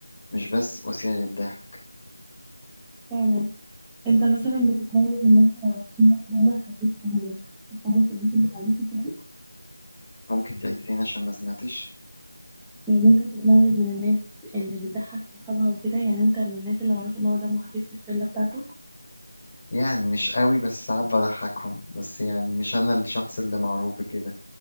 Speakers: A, on the left; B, in the centre.
A: مش بس وسيلة للضحك
B: فعلا أنت مثلا بتتميز إن أنت طول الوقت دمك خفيف يعني بتضحك صحابك والناس اللي حواليك وكده
A: ممكن تعيد تاني عشان ما سمعتش
B: يعني أنت بتتميز من الناس اللي بتضحك صحابها وكده يعني أنت من الناس اللي معروف إن هو دمه خفيف في الشلة بتاعته
A: يعني مش قوي بس ساعات بضحكهم بس يعني مش أنا الشخص اللي معروف بكده